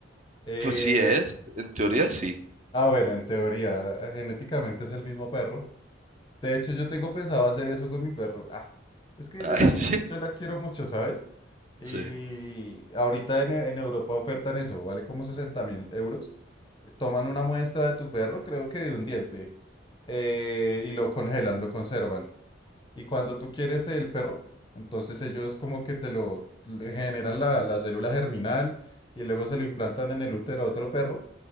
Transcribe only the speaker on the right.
Pues sí es, en teoría sí.
Ay,
<laughs> sí,
sí.